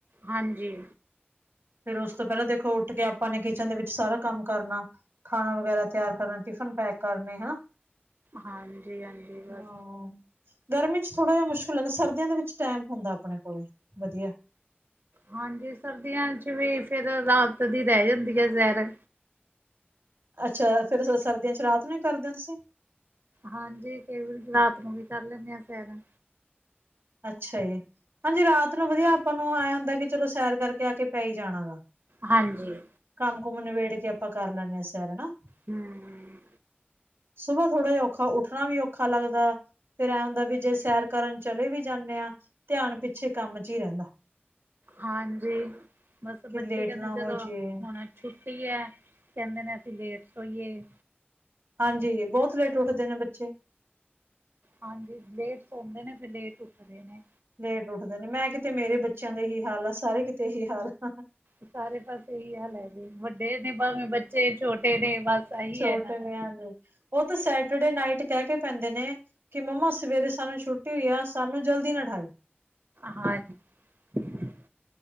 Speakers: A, on the right; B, on the right.
A: ਹਾਂਜੀ,
B: ਫੇਰ ਉਸ ਤੋਂ ਪਹਿਲਾਂ ਦੇਖੋ ਉੱਠ ਕੇ ਆਪਾਂ ਨੇ ਕਿਚਨ ਦੇ ਵਿੱਚ ਸਾਰਾ ਕੰਮ ਕਰਨਾ। ਖਾਣਾ ਵਗੈਰਾ ਤਿਆਰ ਕਰਨਾ ਟਿਫਨ ਪੈਕ ਕਰਨੇ ਹਨਾ
A: ਹਾਂਜੀ ਹਾਂਜੀ ਬਸ
B: ਹਾਂ ਗਰਮੀ ਚ ਥੋੜਾ ਜਿਹਾ ਮੁਸ਼ਕਿਲ ਲੱਗਦਾ ਸਰਦੀਆਂ ਦੇ ਵਿੱਚ ਟਾਈਮ ਹੁੰਦਾ ਆਪਣੇ ਕੋਲ ਵਧੀਆ
A: ਹਾਂਜੀ ਸਰਦੀਆਂ ਚ ਵੀ ਫਿਰ ਰਾਤ ਦੀ ਰਹਿ ਜਾਂਦੀ ਹੈ ਜ਼ੈਰ
B: ਅੱਛਾ ਫਿਰ ਸਰਦੀਆਂ ਚ ਰਾਤ ਨੂੰ ਵੀ ਕਰਦੇ ਓ ਤੁਸੀਂ
A: ਹਾਂਜੀ ਕਈ ਵਾਰੀ ਰਾਤ ਨੂੰ ਵੀ ਕਰ ਲੈਂਦੇ ਹਾਂ ਸੈਰਾ
B: ਅੱਛਾ ਜੀ ਹਾਂਜੀ ਰਾਤ ਨੂੰ ਵਧੀਆ ਆਪਾਂ ਨੂੰ ਹੈ ਹੁੰਦਾ ਕਿ ਚਲੋ ਸੈਰ ਕਰਕੇ ਆ ਕੇ ਪੈ ਹੀ ਜਾਣਾ ਹੈ।
A: ਹਾਂਜੀ
B: ਕੰਮ ਕੁਮ ਨਬੇੜ ਕੇ ਆਪਾਂ ਕਰ ਲੇਣੈ ਸੈਰ ਹਨਾ
A: ਹੂੰ,,,
B: ਸੁਬਾਹ ਥੋੜਾ ਜਿਹਾ ਔਖਾ ਉੱਠਣਾ ਵੀ ਔਖਾ ਲੱਗਦਾ ਫਿਰ ਹੈ ਹੁੰਦਾ ਵੀ ਜੇ ਸੈਰ ਕਰਨ ਚਲੇ ਵੀ ਜਾਂਦੇ ਆ ਧਿਆਨ ਪਿੱਛੇ ਕੰਮ ਚ ਹੀ ਰਹਿੰਦਾ
A: ਹਾਂਜੀ ਬਸ
B: ਕਿ
A: ਬੱਚੇ
B: ਲੇਟ
A: ਕਹਿੰਦੇ
B: ਨਾ ਹੋ
A: ਜਦੋਂ
B: ਜਾਏ
A: ਹੋਣਾ ਛੁੱਟੀ ਹੈ ਕਹਿੰਦੇ ਨੇ ਅਸੀਂ ਲੇਟ ਸੋਈਏ
B: ਹਾਂਜੀ ਬਹੁਤ ਲੇਟ ਉੱਠਦੇ ਨੇ ਬੱਚੇ
A: ਹਾਂਜੀ ਲੇਟ ਸੌਦੇ ਨੇ ਫਿਰ ਲੇਟ ਉੱਠਦੇ ਨੇ
B: ਲੇਟ ਉੱਠਦੇ ਨੇ ਮੈਂ ਕਿਤੇ ਮੇਰੇ ਬੱਚਿਆਂ ਦਾ ਇਹੀ ਹਾਲ ਆ ਸਾਰੇ ਕਿਤੇ ਇਹੀ ਹਾਲ ਆ
A: ਸਾਰੇ ਪਾਸੇ ਇਹੀ ਹਾਲ ਹੈ ਜੀ ਵੱਡੇ ਨੇ ਭਾਵੇਂ ਬੱਚੇ ਛੋਟੇ ਨੇ ਬਸ ਇਹੀ
B: ਛੋਟੇ
A: ਹੈ ਇਹਨਾਂ ਦਾ
B: ਨੇ ਹਾਂਜੀ, ਉਹ ਤਾਂ ਸੈਟਰਡੇ ਨਾਈਟ ਕਹਿ ਕੇ ਪੈਂਦੇ ਨੇ ਕਿ ਮੰਮਾ ਸਵੇਰੇ ਸਾਨੂੰ ਛੁੱਟੀ ਹੋਈ ਆ ਸਾਨੂੰ ਜਲਦੀ ਨਾ ਠਾਈਓ।
A: ਹਾਂਜੀ